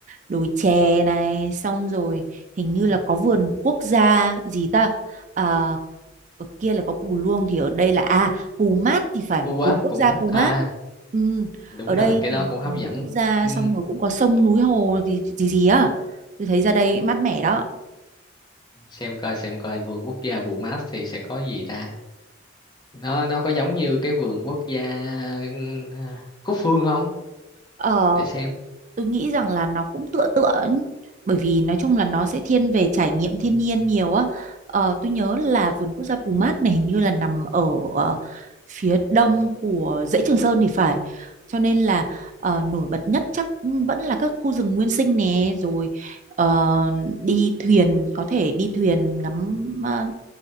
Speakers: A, on the right; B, on the left.
A: Đồi chè này xong rồi hình như là
B: Ừ.
A: có vườn quốc gia gì ta? À, ở kia là có Pù Luông thì ở đây là à Pù Mát thì phải
B: What
A: vườn quốc
B: Pumat
A: gia Pù Mát
B: à
A: ừ.
B: đúng
A: ở
B: rồi
A: đây
B: cái
A: thì
B: đó cũng hấp
A: vườn
B: dẫn
A: quốc gia
B: ừ.
A: xong rồi cũng có sông núi hồ gì gì, gì á tôi thấy ra đây mát mẻ đó
B: xem coi xem coi vườn quốc gia Bumat thì sẽ có gì ta nó nó có giống như cái vườn quốc gia ừm, Cúc Phương không
A: ờ
B: để xem
A: tôi nghĩ rằng là nó cũng tựa tựa ấy. bởi vì nói chung là nó sẽ thiên về trải nghiệm thiên nhiên nhiều á ờ, tôi nhớ là vườn quốc gia Pù Mát này hình như là nằm ở ờ, phía đông của dãy Trường Sơn thì phải cho nên là ờ, nổi bật nhất chắc vẫn là các khu rừng nguyên sinh nè rồi ờ, đi thuyền có thể đi thuyền ngắm ờ,